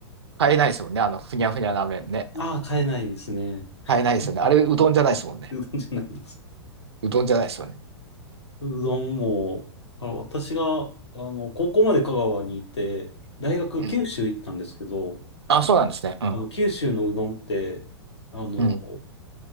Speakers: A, on the right; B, on the left.
A: 買えないですもんね。あの、ふにゃふにゃな麺ね。
B: ああ、買えないですね。
A: 買えないですよね。
B: あはい
A: あれ、うどんじゃないですもんね。
B: <laughs> うどんじゃないです。
A: うどんじゃないですよね。
B: うどんも、あの私が、あの、高校まで香川にいて、大学九州行ったんですけど、
A: うん。あ、そうなんですね。うん。
B: あの、九州のうどんって、あの、
A: うん。